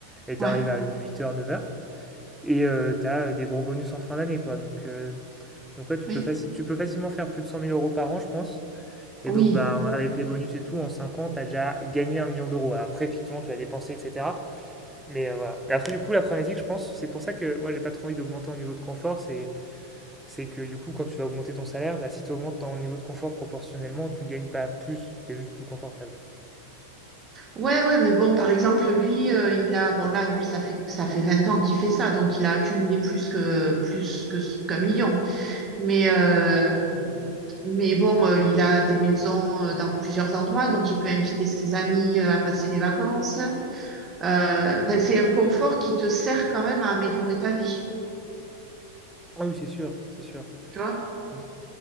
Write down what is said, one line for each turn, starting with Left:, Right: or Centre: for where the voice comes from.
Centre: et t'arrives
Right: ouais,
Centre: à huit heures neuf heures Et euh, t'as des gros bonus en fin d'année, quoi. Donc, euh, donc ouais, tu
Right: oui,
Centre: peux, faci- tu peux facilement faire plus de cent mille euros par an, je pense. Et
Right: oui,
Centre: donc, bah, avec les bonus et tout, en 5 ans, t'as déjà gagné un million d'euros. Après, effectivement, tu as dépensé, etc. Mais euh, voilà. et Après, du coup, la problématique, je pense, c'est pour ça que moi, j'ai pas trop envie d'augmenter en niveau de confort. C'est, c'est que du coup, quand tu vas augmenter ton salaire, bah, si tu augmentes ton niveau de confort proportionnellement, tu gagnes pas plus. T'es juste plus confortable.
Right: ouais, ouais. Mais bon, par exemple, lui, euh, il a, bon là, lui, ça fait ça fait 20 ans qu'il fait ça, donc il a accumulé plus que plus que ce- qu'un million. Mais, euh, mais bon, euh, il a des maisons euh, dans plusieurs endroits, donc il peut inviter ses amis euh, à passer des vacances. Euh, enfin, c'est un confort qui te sert quand même à améliorer ta vie,
Centre: Ah oui, c'est sûr, c'est sûr.
Right: tu vois?
Centre: Mm.